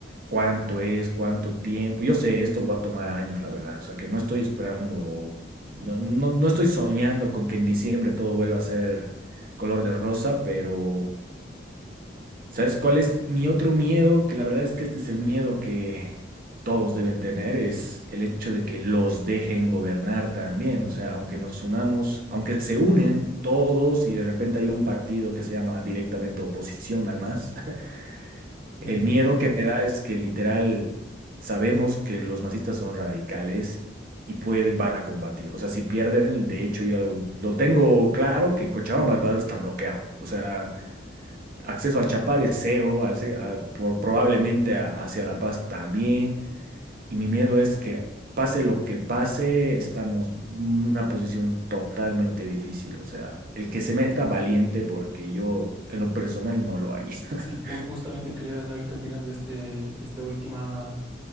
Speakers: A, on the right; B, on the right.
A: cuánto es, cuánto tiempo. Yo sé, esto va a tomar años, la verdad. O sea, que no estoy esperando, no, no, no estoy soñando con que en diciembre todo vuelva a ser color de rosa, pero ¿Sabes cuál es mi otro miedo? Que la verdad es que este es el miedo que todos deben tener, es el hecho de que los dejen gobernar también. O sea, aunque nos unamos, aunque se unen todos y de repente hay un partido que se llama directamente oposición al MAS, <laughs>
B: Ujú.
A: el miedo que me da es que literal sabemos que los masistas son radicales y puede- van a combatir. O sea, si pierden, de hecho yo lo, lo tengo claro que Cochabamba va a estar bloqueado. O sea... Acceso al Chapar es cero, al ce- a- por- probablemente a- hacia La Paz también. Y mi miedo es que pase lo que pase, estamos en una posición totalmente difícil. O sea, el que se meta valiente, porque yo en lo personal no lo haría. <laughs>
B: Sí, ju- justamente quería saber qué opinas de este, este última,